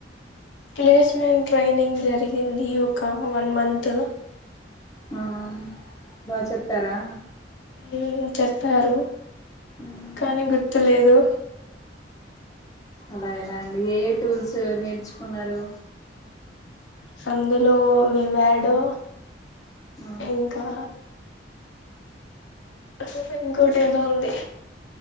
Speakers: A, on the left; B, on the left.
A: ప్లేస్మెంట్ ట్రైనింగ్ జరిగింది ఒక వన్ మంత్
B: ఆ బా చెప్పారా?
A: ఏం చెప్పారు
B: మ్,
A: కానీ గుర్తులేదు
B: అలా ఎలా అండి ఏ ఏ టూల్స్ నేర్చుకున్నారు?
A: సందులో వివాడో
B: ఆ,
A: ఇంకా అస్సలె ఇంకొకటేదో ఉంది.